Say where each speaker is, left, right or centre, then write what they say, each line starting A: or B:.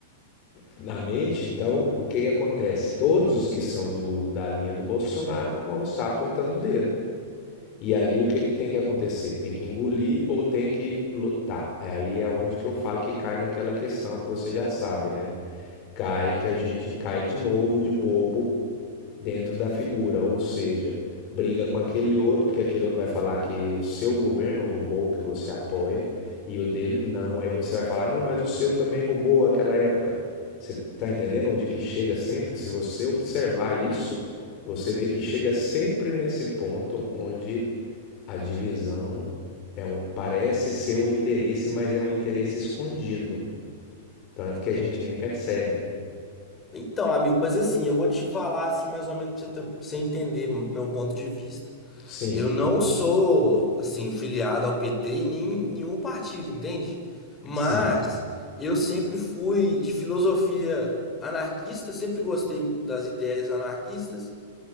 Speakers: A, on the left; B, on the left.
A: na mente, então o que que acontece? Todos os que são do, da linha do Bolsonaro vão estar apontando o dedo. E aí o que que tem que acontecer? Tem que engolir ou tem que lutar? É aí é onde que eu falo que cai naquela questão que você já sabe, né? Cai que a gente cai de novo de bobo dentro da figura, ou seja, briga com aquele outro, porque aquele outro vai falar que o seu governo roubou o que você apoia e o dele não. Aí você vai falar, não, mas o seu também roubou aquela época. Você está entendendo onde que chega sempre? Se você observar isso, você vê que chega sempre nesse ponto onde a divisão é um, parece ser um interesse, mas é um interesse escondido, tanto
B: Sim.
A: que a gente nem percebe.
B: Então, amigo, mas assim, eu vou te falar assim mais ou menos pra você, ter- pra você entender meu ponto de vista.
A: Sim,
B: Eu não sou, assim, filiado ao PT e nem nenhum partido, entende? Mas
A: sim,
B: eu sempre fui de filosofia anarquista, sempre gostei das ideias anarquistas,